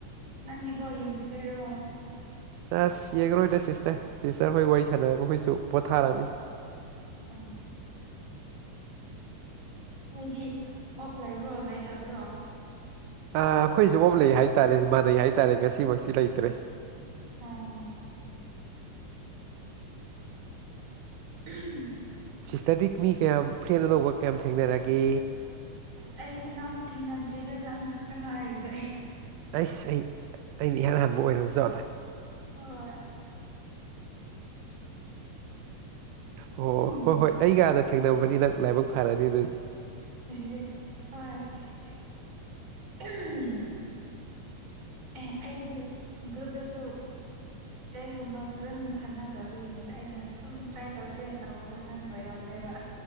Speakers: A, on the right (about 40°); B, on the right (about 90°).
A: ꯅꯪꯗꯤ ꯕꯣꯜ ꯌꯦꯡꯒꯤꯗꯣꯏꯔꯣ
B: ꯑꯁ ꯌꯦꯡꯉꯔꯣꯏꯗꯥ ꯁꯤꯁꯇꯔ ꯁꯤꯁꯇꯔ ꯍꯣꯏ ꯋꯥꯔꯤ ꯁꯥꯟꯅꯔꯒ ꯑꯩꯈꯣꯏꯁꯨ ꯄꯣꯊꯥꯔꯅꯤ
A: ꯑꯣ ꯅꯣꯏꯗꯤ ꯑꯣꯐ ꯂꯩꯕ꯭ꯔꯣ ꯂꯩꯇꯕ꯭ꯔꯣ
B: ꯑꯥ ꯑꯩꯈꯣꯏꯖꯨ ꯑꯣꯞ ꯂꯩ ꯍꯥꯏꯇꯥꯔꯦ ꯃꯥꯟꯅꯩ ꯍꯥꯏꯇꯥꯔꯦ ꯉꯁꯤꯃꯛꯇꯤ ꯂꯩꯇꯔꯦ
A: ꯑꯣ ꯑꯍꯝ
B: ꯁꯤꯁꯇꯔꯗꯤ ꯃꯤ ꯀꯌꯥꯝ ꯐ꯭ꯔꯦꯟ ꯑꯅꯧꯕ ꯀꯌꯥꯝ ꯊꯦꯡꯅꯔꯒꯦ
A: ꯑꯁ ꯑꯩꯗꯤ ꯀꯅꯥꯝ ꯊꯦꯡꯅꯗ꯭ꯔꯤꯗ ꯅꯪ ꯈꯛꯇ ꯉꯥꯏꯔꯤꯗ ꯑꯩ
B: ꯑꯩꯁ ꯑꯩ ꯑꯩꯅ ꯏꯍꯥꯟ ꯍꯥꯟꯕ ꯑꯣꯏꯔꯕꯖꯥꯠꯂ
A: ꯍꯣꯏ
B: ꯍꯣ ꯑꯣ
A: ꯎꯝ
B: ꯍꯣꯏ ꯍꯣꯏ ꯑꯩꯒ ꯍꯥꯟꯅ ꯊꯦꯡꯅꯕꯩ ꯅꯪ ꯂꯥꯏꯕꯛ ꯐꯔꯅꯤ ꯑꯗꯨꯏꯗꯤ
A: ꯑꯦꯍꯦ ꯍꯦ ꯍꯣꯏ ꯑꯦ ꯑꯩꯒꯤ ꯒ꯭ꯔꯨꯞꯗꯁꯨ ꯇꯦꯛꯁ ꯁꯨꯝꯕ ꯐꯖꯅ ꯊꯥꯟꯅꯗꯕꯒꯤꯅꯤꯗ ꯑꯩꯅ ꯁꯨꯝ ꯇ꯭ꯔꯥꯏ ꯇꯧꯁꯦꯅ ꯇꯧꯕꯗ ꯅꯪ ꯑꯣꯏꯔꯝꯂꯦꯕ